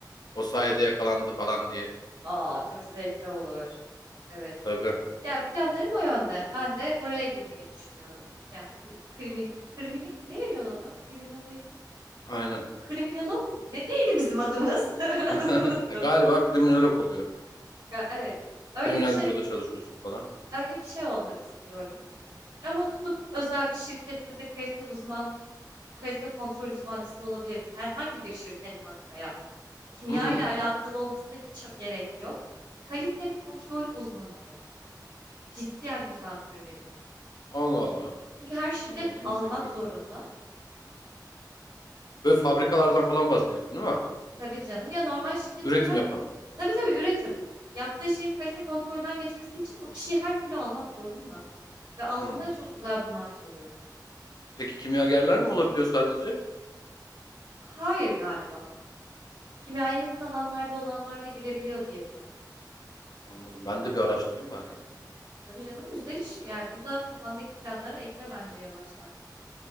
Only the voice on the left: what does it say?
O sayede yakalandı falan diye.
Tabii.
Aynen.
<laughs>
Galiba kriminolog oluyor.
Kriminal
büroda çalışıyorsun falan.
Hmm.
Allah Allah.
Hiç
bilmediğim
bir sektör.
Böyle fabrikalardan falan bahsediyorsun değil mi?
Üretim
yapan.
Hmm.
Peki kimyagerler mi olabiliyor sadece?
Anladım. Ben de bir araştırayım bari ya.